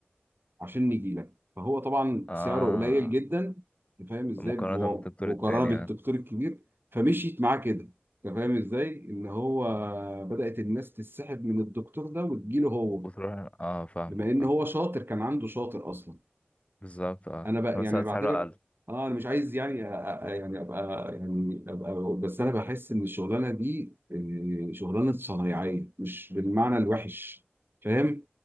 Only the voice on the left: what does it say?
اه
مقارنة
بالدكتور
التاني
يعني
وتروح اه فاهمك
فاهم
بالظبط اه
في نفس
الوقت
سعره اقل